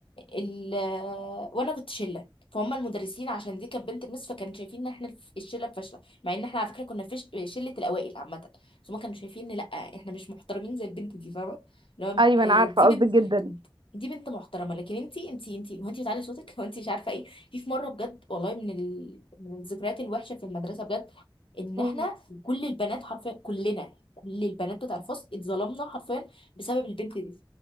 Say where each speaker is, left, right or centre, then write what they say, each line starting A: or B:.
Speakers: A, on the left (about 85°); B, on the right (about 65°).
A: ال وانا كنت شله فهم المدرسين عشان دي كانت بنت المس فكانوا شايفين ان احنا الف- الشله فاشله مع ان احنا على فكره كنا فيش شله الاوائل عامه بس هم كانوا شايفين ان لا احنا مش محترمين زي البنت دي فاهمه لو
B: ايوه انا عارفه
A: دي
B: قصدك
A: بنت
B: جدا
A: دي بنت محترمه لكن انتي انتي انتي هو انتي بتعلي صوتك هو انتي مش عارفه ايه في في مره بجد والله من ال... من الذكريات الوحشه في المدرسه بجد ان
B: مم.
A: احنا كل البنات حرفيا كلنا كل البنات بتاع الفصل اتظلمنا حرفيا بسبب البنت دي